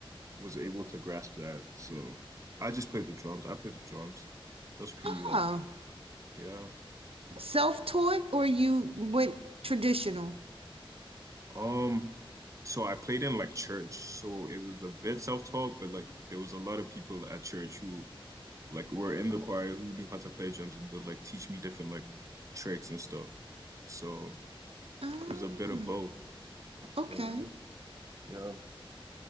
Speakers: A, on the right; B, on the right.
A: was able to grasp that. So I just played the drums. I played the drums. That's pretty
B: Oh,
A: like yeah.
B: self-taught or you went traditional?
A: Um, so I played in like church. So it was a bit self-taught, but like there was a lot of people at church who like were in the choir who knew how to play drums and they'd like teach me different like tricks and stuff. So
B: Oh,
A: it was a bit of both. You
B: okay.
A: know what I mean? Yeah.